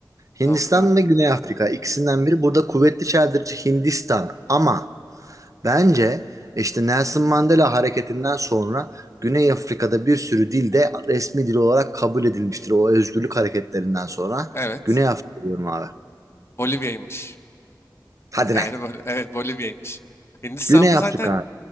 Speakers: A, on the right; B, on the left.
A: Hindistan
B: Tamam değil mi?
A: ve Güney Afrika. ikisinden biri. Burada kuvvetli çeldirici Hindistan. Ama Bence işte Nelson Mandela hareketinden sonra Güney Afrika'da bir sürü dil de resmi dil olarak kabul edilmiştir. O özgürlük hareketlerinden sonra
B: Evet.
A: Güney Afrika diyorum abi.
B: Bolivya'ymış. <laughs>
A: Hadi
B: Yani
A: lan.
B: böyle, evet Bolivya'ymış. Hindistan'da
A: Güney Afrika.
B: zaten